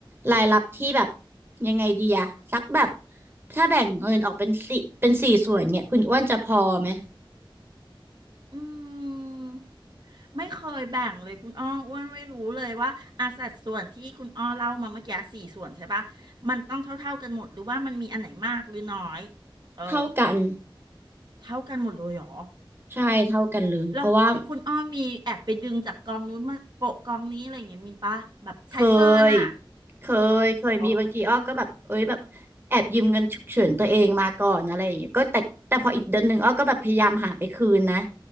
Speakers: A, on the right; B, on the right.
A: รายรับที่แบบยังไงดีอะสักแบบถ้าแบ่งเงินออกเป็นสี่เป็นสี่ส่วนเนี่ยคุณอ้วนจะพอไหม
B: อืมไม่เคยแบ่งเลยคุณอ้ออ้วนไม่รู้เลยว่าอาสัดส่วนที่คุณอ้อเล่ามาเมื่อกี้สี่ส่วนใช่ปะมันต้องเท่าๆกันหมดหรือว่ามันมีอันไหนมากหรือน้อยเออ
A: เท่ากัน
B: เท่ากันหมดเลยเหรอ
A: ใช่เท่ากันเลยเพราะว่า
B: แล้วคุณอ้อมีแอบไปดึงจากกองนู้นมาโปะกองนี้อะไรอย่างเงี้ยมีปะแบบใช้เกินอ่ะ
A: เคยเคยเคยมีบางทีอ้อก็แบบเอ้ยแบบแอบยืมเงินฉุกเฉินตัวเองมาก่อนอะไรอย่างเงี้ยก็แต่แต่พออีกเดือนหนึ่งอ้อก็แบบพยายามหาไปคืนนะ
B: เออ